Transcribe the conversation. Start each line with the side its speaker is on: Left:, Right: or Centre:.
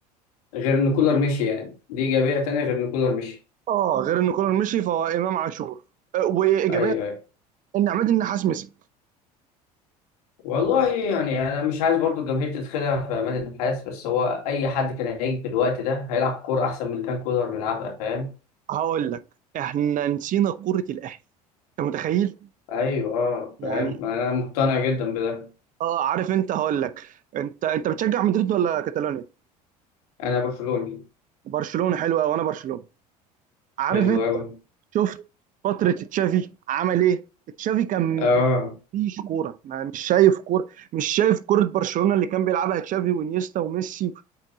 Left: غير ان كولر مشي يعني دي ايجابيه تانية غير ان كولر مشي
Right: أه غير إن كولر مشي فهو إمام عاشور آه، وإيجابية
Left: ايوه ايوه
Right: إن عماد النحاس مسك
Left: والله يعني انا مش عايز برضو الجماهير تتخدع في امان النحاس بس هو اي حد كان هيجي في الوقت ده هيلعب كوره احسن من اللي كان كولر بيلعبها فاهم
Right: هقول لك إحنا نسينا كرة الأهلي أنت متخيل؟
Left: ايوه اه
Right: يعني
Left: فاهم ما انا مقتنع جدا بده
Right: اه عارف انت هقول لك انت انت بتشجع مدريد ولا كاتالونيا
Left: انا برشلوني
Right: برشلونه حلوه وانا برشلونه عارف
Left: حلو
Right: انت
Left: قوي
Right: شفت فتره تشافي عمل ايه تشافي كان
Left: اه
Right: مفيش كوره ما مش شايف كوره مش شايف كوره برشلونه اللي كان بيلعبها تشافي وانيستا وميسي